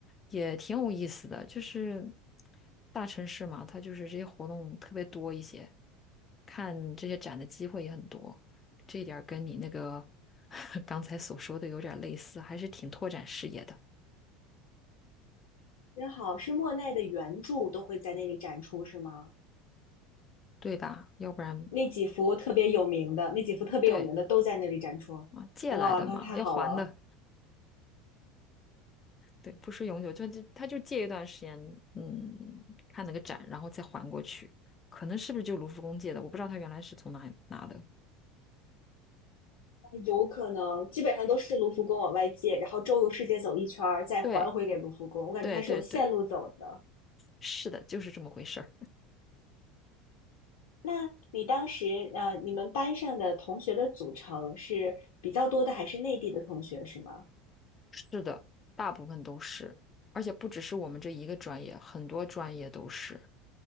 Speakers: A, on the left; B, on the left.
A: 也挺有意思的。就是大城市嘛，它就是这些活动特别多一些，看这些展的机会也很多，这一点儿跟你那个 <laughs> 刚才所说的有点儿类似，还是挺拓展视野的，
B: 真好，是莫奈的原著都会在那里展出，是吗？
A: 对吧？要不然
B: 那几幅特别有名的，那几幅特别有名的都在那里展出。
A: 对啊，借来的嘛，
B: 哇，那太好了！
A: 要还的。对，不是永久，就就他就借一段时间，嗯，看那个展，然后再还过去。可能是不是就卢浮宫借的？我不知道他原来是从哪里拿的。
B: 有可能基本上都是卢浮宫往外借，然后周游世界走一圈儿，再还回给卢浮宫。
A: 对，
B: 我感觉它是有线路走的。
A: 对，对，对，是的，就是这么回事儿。
B: 那你当时呃，你们班上的同学的组成是比较多的，还是内地的同学是吗？
A: 是的，大部分都是，而且不只是我们这一个专业，很多专业都是。